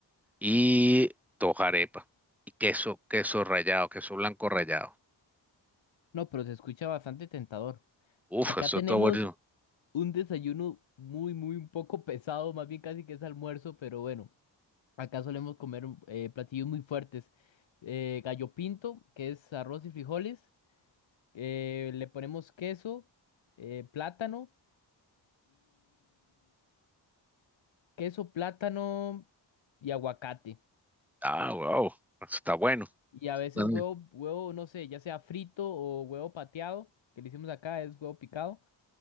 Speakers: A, in the centre; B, on the left.
A: y dos arepas y queso, queso rallado, queso blanco rallado.
B: No, pero se escucha bastante tentador.
A: Uf,
B: Acá
A: eso
B: tenemos
A: está bueno.
B: un desayuno muy, muy un poco pesado, más bien casi que es almuerzo, pero bueno, acá solemos comer eh, platillos muy fuertes. Eh, gallo pinto, que es arroz y frijoles. eh, le ponemos queso, eh, plátano queso, plátano y aguacate.
A: Ah, wow, eso está bueno.
B: Y a veces
A: Mm.
B: huevo, huevo, no sé, ya sea frito o huevo pateado, que le hicimos acá, es huevo picado.